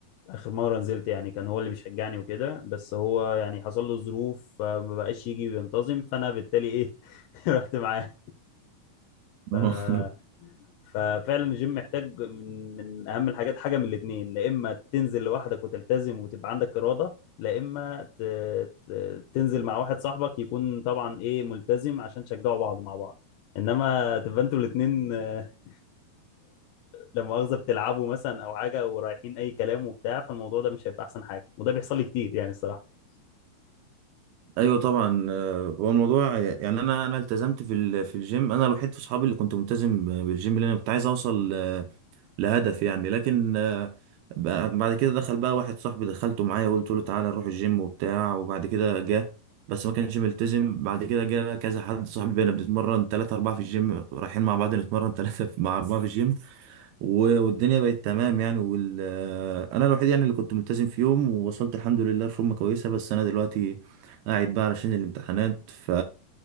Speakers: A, on the left; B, on the right.
A: اخر مره نزلت يعني كان هو اللي بيشجعني وكده بس هو يعني حصل له ظروف فما بقاش يجي وينتظم فانا بالتالي ايه <laughs> رحت معاه ف
B: اه <laughs>
A: ففعلا الجيم محتاج من من اهم الحاجات حاجه من الاثنين لا اما تنزل لوحدك وتلتزم وتبقى عندك اراده لا اما ت... ت... تنزل مع واحد صاحبك يكون طبعا ايه ملتزم عشان تشجعوا بعض مع بعض انما تبقى انتوا الاثنين <laughs> لما مؤاخذة بتلعبوا مثلا او حاجة ورايحين اي كلام وبتاع فالموضوع ده مش هيبقى احسن حاجة وده بيحصل لي كتير يعني الصراحة
B: ايوه طبعا آه، هو الموضوع يعني انا انا التزمت في ال- في الجيم انا الوحيد في اصحابي اللي كنت ملتزم بالجيم لان انا كنت عايز اوصل آه، لهدف يعني لكن آه، بعد بعد كده دخل بقى واحد صاحبي دخلته معايا وقلت له تعالى نروح الجيم وبتاع وبعد كده جه بس ما كانش ملتزم بعد كده جه كذا حد صاحبي بقينا بنتمرن ثلاثة أربعة في الجيم رايحين مع بعض نتمرن ثلاثة مع أربعة في الجيم و- والدنيا بقت تمام يعني وال... آه، انا الوحيد يعني اللي كنت ملتزم في يوم ووصلت الحمد لله لفورمه كويسه بس انا دلوقتي قاعد بقى علشان الامتحانات ف